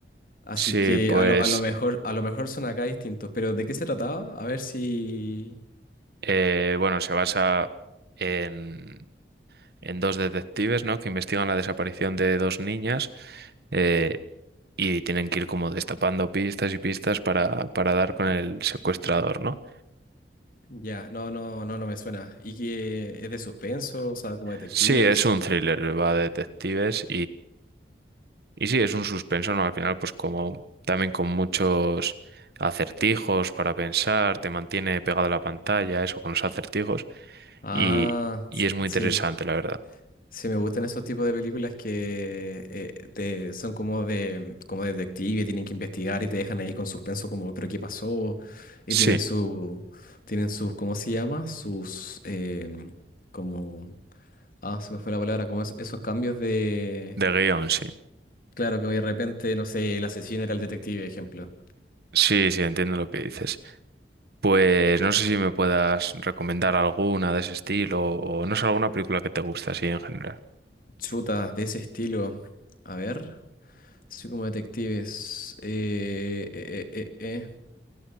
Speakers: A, on the left (about 50°); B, on the right (about 60°).
A: Así
B: sí,
A: que
B: pues
A: a lo, a lo mejor, a lo mejor son acá distintos. Pero ¿de qué se trataba? A ver si.
B: eh, bueno, se basa en, en dos detectives, ¿no? Que investigan la desaparición de dos niñas eh, y tienen que ir como destapando pistas y pistas para, para dar con el secuestrador, ¿no?
A: Ya, no, no, no, no me suena. ¿Y que es de suspenso? O sea, como detectives.
B: Sí, es un thriller, va de detectives Y sí, es un suspenso, ¿no? Al final, pues como también con muchos acertijos para pensar, te mantiene pegado a la pantalla, eso con los acertijos,
A: Ah,
B: y, y
A: s-
B: es muy
A: sí.
B: interesante, la verdad.
A: Sí, me gustan esos tipos de películas que eh, te- son como de como de detective, tienen que investigar y te dejan ahí con suspenso como, pero ¿qué pasó? Y
B: Sí,
A: tienen su, tienen sus, ¿cómo se llama? Sus, em, como, ah, se me fue la palabra, como es- esos cambios de,
B: de guión, sí.
A: claro, que de repente, no sé, el asesino era el detective, ejemplo.
B: Sí, sí, entiendo lo que dices. Pues no sé si me puedas recomendar alguna de ese estilo o no sé, alguna película que te guste así en general.
A: Chutas de ese estilo. A ver, así como detectives. eh, eh, eh, eh, eh.